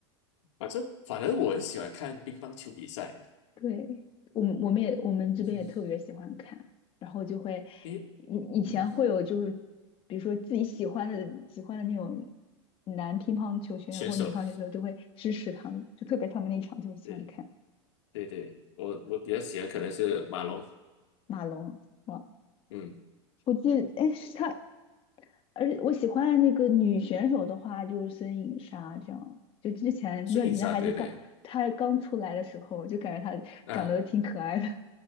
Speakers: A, on the left; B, on the left.
A: 反正反正我很喜欢看乒乓球比赛。
B: 对，我们我们也我们这边也特别喜欢看，
A: 嗯哼，
B: 然后就会
A: 因为
B: 以以前会有就是比如说自己喜欢的喜欢的那种
A: 嗯哼，
B: 男乒乓球选手或女乒乓球选手就会支持他们，
A: 选手
B: 就特别他们那一场就喜欢看
A: 对。对对，我我比较喜欢可能是马龙，
B: 马龙。哇，
A: 嗯，
B: 我记得，哎，是他，而且我喜欢的那个女选手的话，就是孙颖莎这样。就之前那段时间还是刚她刚出来的时候，
A: 孙颖莎，对对，
B: 就感觉她长得挺可爱的，
A: 啊，